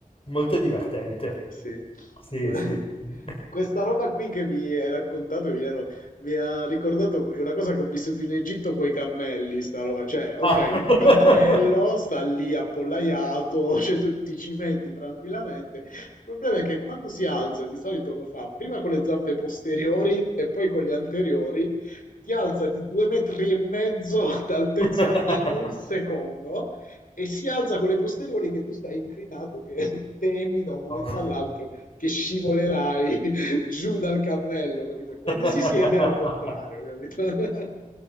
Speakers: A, on the left (about 40°); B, on the left (about 70°).
A: Molto divertente.
B: Sì.
A: Sì,
B: Gua <laughs>
A: sì. sì.
B: questa roba qui che mi hai raccontato mi hanno mi ha ricordato una cosa che ho vissuto in Egitto coi cammelli, sta roba. Cioè, okay,
A: Ah.
B: il cammello sta lì appollaiato, <laughs> cioè tu ti ci metti tranquillamente. Il problema è che quando si alza, di solito lo fa prima con le zampe posteriori e poi con le anteriori, ti alza di 2 metri e mezzo <laughs> d'altezza
A: <laughs>
B: in 1 secondo e si alza con le posteriori che tu stai inclinato, che <laughs> temi da un momento
A: No.
B: all'altro che scivolerai <laughs> giù dal cammello, capito? E quando
A: <laughs>
B: si siede è al contrario, capito?